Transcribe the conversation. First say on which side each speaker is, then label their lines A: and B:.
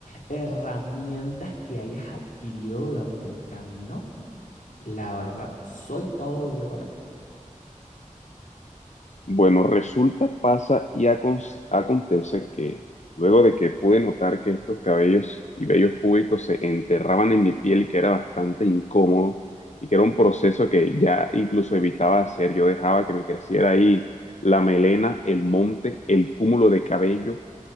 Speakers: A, on the left (about 75°); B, on the left (about 60°).
A: herramientas que hayas adquirido durante el camino, la verdad, soy todo oído para ti.
B: Bueno, resulta, pasa y acon- acontece que luego de que pude notar que estos cabellos y vellos púbicos se enterraban en mi piel, que era bastante incómodo y que era un proceso que ya incluso evitaba hacer, yo dejaba que me creciera ahí la melena, el monte, el cúmulo de cabello